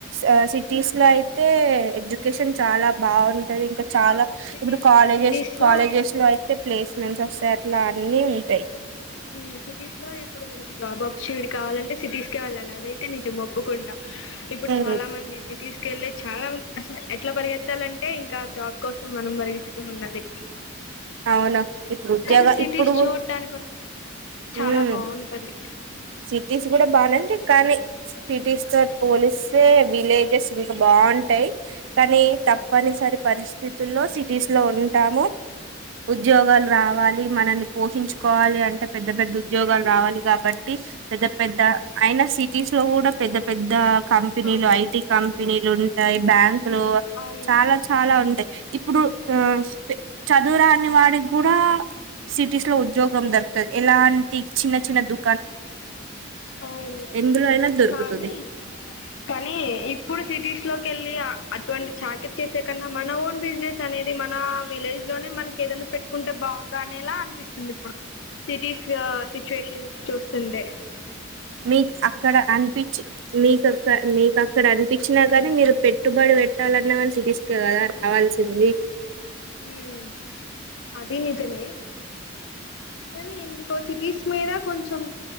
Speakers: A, on the right; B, on the left.
A: ఆ సిటీస్లో అయితే ఎడ్యుకేషన్ చాలా బాగుం టది ఇంకా చాలా
B: అవును సిటీస్
A: ఇప్పుడు కాలేజెస్
B: సిటీస్
A: కాలేజెస్
B: లో
A: లో అయితే ప్లేస్మెంట్స్ వస్తాయ్ ట్ల అన్నీ ఉంటయ్
B: ఉమ్ సిటీస్ లో ఇప్పుడు మనకి జాబ్ ఆపర్చునిటీ కావాలంటే సిటీస్కే వెళ్ళాలి అదై టి నిజం ఒప్పుకుంట ఇప్పుడు
A: ఉమ్
B: చాలా మంది సిటీస్కెళ్ళే చాలా మంది అసల ఎట్ల పరిగెత్తాలంటే ఇంకా జాబ్ కోసం మనం పరిగెత్తూ ఉండాలి
A: అవును ఇప్పుడు ఉద్యోగ
B: కాని సిటీస్
A: ఇప్పుడు
B: చూడ్టానిక్ కూడ చాలా
A: మ్
B: బావుంటది
A: సిటీస్ కూడా బానేండి కానీ సిటీస్తో పోలిస్తే విలేజెస్ ఇంకా బాగుంటయ్ కానీ తప్పనిసరి పరిస్థితుల్లో సిటీస్ లో ఉంటాము ఉద్యోగాలు రావాలి మనల్ని పోషించుకోవాలి అంటే పెద్ద పెద్ద ఉద్యోగాలు రావాలి కాబ ట్టి పెద్ద పెద్ద అయినా సిటీస్ లో కూడా పెద్ద పెద్ద కంపెనీలు
B: ఆ
A: ఐటీ కంపెనీలు ఉంటాయి బ్యాంకులు
B: అవును
A: చాలా చాలా ఉంటాయి ఇప్పుడు ఆ చదువురాని వాడికి కూడా సిటీస్ లో ఉద్యోగం దొరుకుతది ఎలాంటి చిన్న చిన్న దు
B: అవును
A: ఎందులో అయినా దొరుకుతది
B: కానీ కానీ ఇప్పుడు సిటీస్ లోకెళ్ళి అటువంటి చాకిరీ చేసే కన్నా మన ఓన్ బిజినెస్ అనేది మన విలేజ్ లోనే మనకి ఏదన్నా పెట్టుకుంటే బాగుండు అనేలా అనిపిస్తుంది ఇప్పుడు సిటీస్ సిచ్యుయేషన్స్ చూ స్తుంటే
A: మీకు అక్కడ అనిపించి మీకక్క మీక అక్కడ అనిపించినా కానీ మీరు పెట్టుబడి పెట్టాలన్నా గానీ సిటీస్కే కదా రావాల్సింది
B: ఉమ్ అది నిజమే కానీ ఎందుకో సిటీస్ మీద కొంచెం